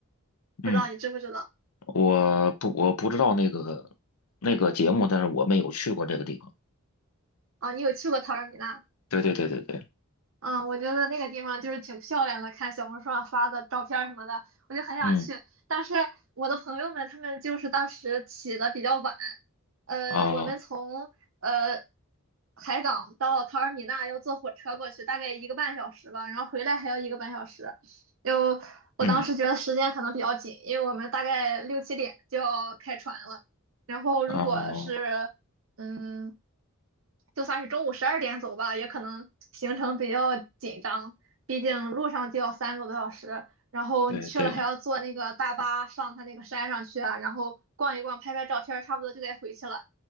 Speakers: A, on the right; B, on the left.
A: 不知道你知不知道？
B: 嗯。我不我不知道那个那个节目，但是我们有去过这个地方。
A: 哦，你有去过陶尔米纳？
B: 对对对对对，
A: 嗯，我觉得那个地方就是挺漂亮的，看小红书上发的照片儿什么的，我就很想去。
B: 嗯
A: 但是我的朋友们他们就是当时起的比较晚，呃，
B: 啊
A: 我们从呃海港到塔尔米纳要坐火车过去，大概一个半小时吧，然后回来还要一个半小时。就我当时觉得时间可能比较紧，
B: 嗯
A: 因为我们大概六七点就要开船了，然后如果是嗯，
B: 啊，
A: 就算是中午十二点走吧，也可能行程比较紧张，毕竟路上就要三个多小时，然后你去了还要坐那个大巴上他那个山上去啊，
B: 对对
A: 然后逛一逛，拍拍照片儿差不多就该回去了。